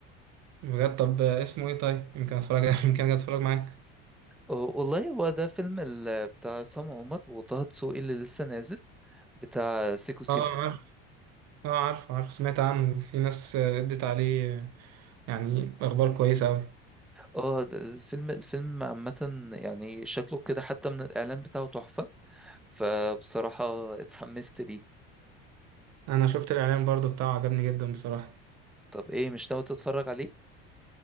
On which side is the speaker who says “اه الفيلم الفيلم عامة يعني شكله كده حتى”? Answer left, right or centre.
Centre